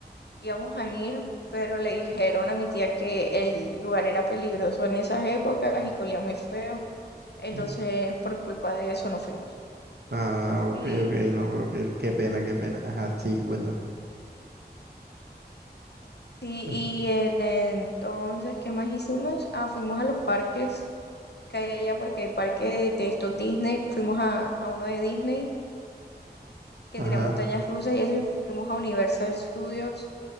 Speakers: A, on the left (about 75°); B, on the right (about 70°).
A: íbamos a ir, pero le dijeron a mi tía que el lugar era peligroso en esas épocas y que olía muy feo. Entonces,
B: Mm,
A: por culpa de eso no fuimos.
B: Ah, ok,
A: Y,
B: ok, no, pero qué, qué pena, qué pena. Ajá, sí, cuéntame.
A: sí,
B: cuen-
A: y eh, entonces, ¿qué más hicimos? Ah, fuimos a los parques que hay allá, porque hay parques de estos Disney. Fuimos a, a uno de Disney que
B: Ajá.
A: tenía montañas rusas y eso, y fuimos a Universal Studios,